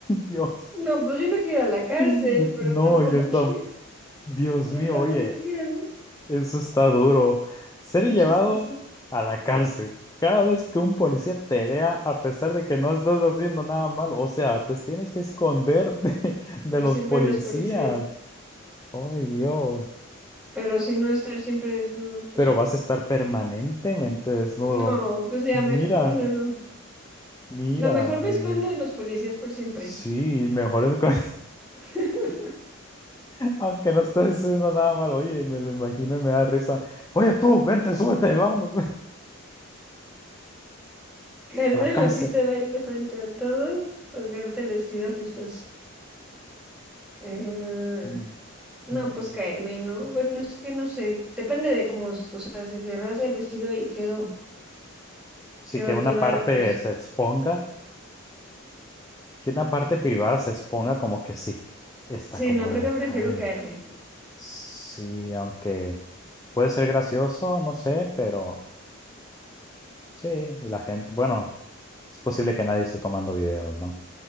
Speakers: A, on the left; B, in the centre.
A: Dios.
B: No, pues yo no quiero ir a la cárcel,
A: No,
B: pero tampoco
A: yo tampoco.
B: quiero, <laughs>
A: Dios
B: pero
A: mío,
B: tampoco
A: oye.
B: quiero no
A: Eso está duro. Ser
B: Está
A: llevado
B: chistoso.
A: a la cárcel. Cada vez que un policía te vea, a pesar de que no estás haciendo nada malo, o sea, te tienes que esconder <laughs> de, de
B: Por
A: los
B: siempre
A: policías.
B: los policías.
A: ¡Ay, Dios!
B: Pero si no estar siempre desnudo, pues
A: Pero vas a estar permanentemente desnudo.
B: no, pues ya
A: Mira,
B: mejor, no, no, no.
A: mira,
B: No, mejor me
A: ay,
B: escondo
A: Dios.
B: de los policías por siempre.
A: Sí, mejor es con-
B: <laughs>
A: <laughs> Aunque no estés haciendo nada malo. Oye, me lo imagino y me da risa. Oye, tú, vente, súbete, vámonos <laughs>
B: Caer
A: a la
B: en
A: cárcel.
B: la pista de baile frente a todos, rasgarte el vestido que usas. Eh,
A: Mm.
B: no,
A: mm.
B: pues caerme, ¿no? Bueno, es que no sé, depende de cómo, o sea, si se rasga el vestido y quedo.
A: Sí,
B: Quedó
A: que una
B: toda.
A: parte
B: o s-
A: se exponga, que una parte privada se exponga como que sí, está
B: sí,
A: como
B: no creo
A: de,
B: que prefiero
A: ay,
B: caerme.
A: sí, aunque puede ser gracioso, no sé, pero sí, y la gente, bueno, es posible que nadie esté tomando videos, ¿no?